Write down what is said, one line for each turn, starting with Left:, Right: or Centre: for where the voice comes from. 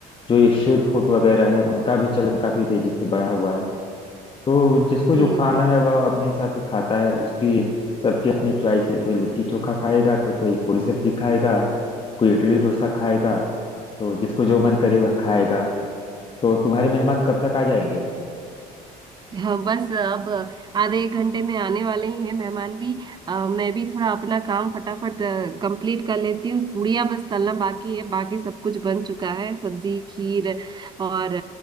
Left: जो ये स्ट्रीट फूड वगैरह हैं उनका भी चलन काफी तेजी से बढ़ा हुआ है तो जिसको
Right: जी
Left: जो खाना है वह अपने हिसाब से खाता है उसकी सबकी अपनी चॉइस है कोई लिट्टी चोखा खाएगा तो कोई पूरी सब्जी खाएगा कोई इडली डोसा खाएगा तो जिसको जो मन करे वह खाएगा तो तुम्हारे मेहमान कब तक आ जाएंगे
Right: हाँ बस अब आधे एक घंटे में आने वाले ही हैं मेहमान भी अ, मैं भी थोड़ा अपना काम फटाफट कंप्लीट कर लेती हूँ पूड़ियाँ बस तलना बाकी है बाकी सब कुछ बन चुका है सब्जी खीर और